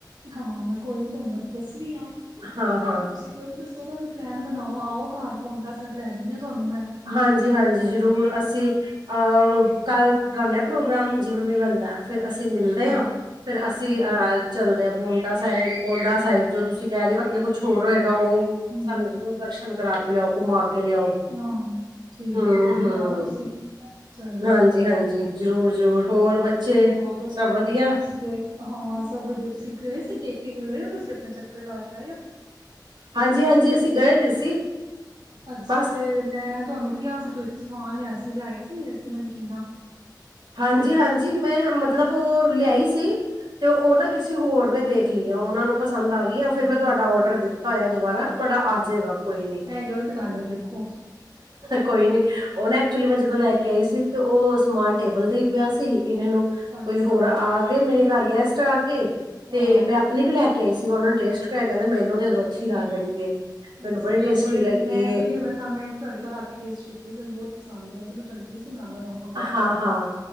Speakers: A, on the right; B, on the right.
A: ਹਾਂ ਮੈਂ ਕੋਈ ਨੀ ਤੁਹਾਨੂੰ ਮੈਂ ਦੱਸਣੀ ਹਾਂ
B: ਹਾਂ-ਹਾਂ
A: ਬਾਕੀ ਤੁਸੀਂ ਕੋਈ ਨੀ ਤੁਸੀ ਓਦਾ ਵੀ ਪਲੈਨ ਬਣਾਓ ਆਓ ਘਰ ਪੋਂਟਾ ਸੈਬ ਲੈ ਜਾਂਨੇ ਆ ਤੁਹਾਨੂੰ ਮੈਂ।
B: ਹਾਂਜੀ-ਹਾਂਜੀ ਜ਼ਰੂਰ ਅਸੀਂ ਅ ਕੱਲ ਕਰਲਿਆ ਪ੍ਰੋਗਰਾਮ ਜਿਵੇਂ ਵੀ ਬਣਦਾ ਫਿਰ ਅਸੀਂ ਮਿਲਦੇ
A: ਹਾਂ
B: ਆ ਫਿਰ ਅਸੀਂ
A: ਹਾਂ
B: ਅ ਚੱਲਦੇ ਆ ਪੋਂਟਾ ਸਾਇਬ ਪੋਂਡਾ ਸਾਇਬ ਜੋ ਤੁਸੀਂ ਕੈ ਰੇ ਓ ਅੱਗੇ ਕੋ ਕੁੱਛ ਓਰ ਹੋਏਗਾ ਓ
A: ਹਮ
B: ਸਾਨੂੰ ਜ਼ਰੂਰ ਦਰਸ਼ਨ ਕਰਾ ਕੇ ਲਿਆਓ ਘੁਮਾ ਕੇ ਲਿਆਓ।
A: ਹਾਂ ਠੀਕ
B: ਹੂੰ-ਹੂੰ
A: ਕੋਈ ਨੀ ਆਓ ਤੁਸੀਂ ਚੱਲਦੇ
B: ਹਾਂਜੀ-ਹਾਂਜੀ
A: ਆ ਫਿਰ।
B: ਜ਼ਰੂਰ-ਜ਼ਰੂਰ ਹੋਰ ਬੱਚੇ
A: ਹੋਰ ਤੁਸੀਂ
B: ਸਭ ਵਧੀਆ।
A: ਗਏ ਹਾਂ ਸਭ ਵਧੀਆ ਤੁਸੀਂ ਗਏ ਸੀ ਪੇਕੇ ਗਏ ਓ ਤੁਸੀਂ ਆਪਣਾ ਚੱਕਰ ਲਾ ਕੇ ਆਏ ਓ।
B: ਹਾਂਜੀ-ਹਾਂਜੀ ਗਏ ਦੇ ਸੀ
A: ਅੱਛਾ
B: ਬਸ
A: ਤੇ ਮੈਂ ਤੁਹਾਨੂੰ ਕਿਆ ਸੀ <unintelligible> ਸਮਾਨ ਲਿਆ ਸੀ ਲਿਆਏ ਸੀ ਮੇਰਾ ਸ ਨਮਕੀਨਾ।
B: ਹਾਂਜੀ-ਹਾਂਜੀ ਮੈਂ ਮਤਲਬ ਓ ਲਿਆਈ ਸੀ। ਤੇ ਓ ਨਾ ਕਿਸੀ ਹੋਰ ਨੇ ਦੇਖ ਲੀਆਂ ਉਨਾਂ ਨੂੰ ਪਸੰਦ ਆ ਗਈ ਆਗੀਆਂ
A: ਅੱਛਾ
B: ਫਿਰ ਮੈਂ ਤੁਹਾਡਾ ਓਡਰ ਦਿੱ ਤਾ ਹੋਇਆ ਦੁਬਾਰਾ ਤੁਹਾਡਾ ਆਜੇਗਾ ਕੋਈ ਨੀ।
A: ਇਹ ਗ਼ਲਤ ਗੱਲ ਹੈ ਦੇਖੋ
B: ਕੋਈ ਨੀ ਓ ਨਾ ਐਕਚੁਲੀ ਮੈਂ ਜਦੋਂ ਲੈ ਕੇ ਆਈ ਸੀ ਤੇ ਓ ਸਮਾਨ ਟੇਬਲ ਤੇ ਈ ਪਿਆ ਸੀ ਇੰਨੇ ਨੂੰ
A: ਅੱਛਾ
B: ਕੋਈ ਹੋਰ ਆਗੇ ਮੇਰੇ ਘਰ ਗੈਸਟ ਆ ਗੇ
A: ਹਾਂ
B: ਤੇ ਮੈਂ ਆਪਣੀ ਵੀ ਲੈ ਕੇ ਆਈ ਸੀ ਮੈਂ ਉਨਾ ਨੂੰ ਟੇਸਟ ਕਰਾਇਆ ਕੈਂਦਾ ਮੈਨੂੰ ਦੇ ਦੋ
A: ਅੱਛਾ-ਅੱਛਾ
B: ਅੱਛੀ ਲੱਗ ਰਹੀ ਏ ਮੈਨੂੰ
A: ਨੀ
B: ਟੇਸਟੀ
A: ਓ ਬੜੀ
B: ਲੱਗੀ
A: ਮੈਂ ਤੇ
B: ਏ
A: ਓਈ ਮੈਂ ਤਾਂ ਮੈਂ ਤੁਹਾਡੇ ਘਰ ਆ ਕੇ ਟੇਸਟ ਕੀਤੀ ਸੀ ਓਨੂੰ ਬੋਤ ਪਸੰਦ ਆ ਤਾਂਈ ਤਾਂ ਮੈਂ ਤੁਆਨੂੰ ਕਿਆ ਸੀ ਨਾਲੋ ਨਾਲ ਮੰਗਵਾ ਦੋ
B: ਹਾਂ-ਹਾਂ
A: ਮੈਨੂੰ